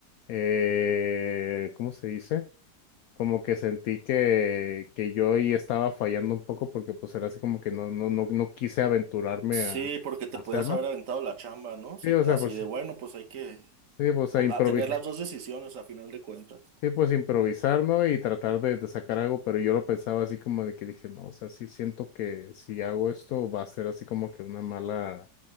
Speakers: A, on the left; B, on the right.
A: eh, ¿cómo se dice? Como que sentí que, que yo ahí estaba fallando un poco porque pues era así como que no, no, no, no quise aventurarme
B: Sí,
A: a, a
B: porque te
A: hacerlo.
B: podías haber aventado la chamba, ¿no? Sí,
A: Sí, o sea,
B: así
A: pues
B: de
A: sí,
B: bueno, pues hay que
A: sí, pues
B: po-
A: a improvisar.
B: a tener las dos decisiones a final de cuentas.
A: Sí, pues improvisar, ¿no? Y tratar de, de sacar algo, pero yo lo pensaba así como de que dije, no, o sea, sí siento que si hago esto va a ser así como que una mala,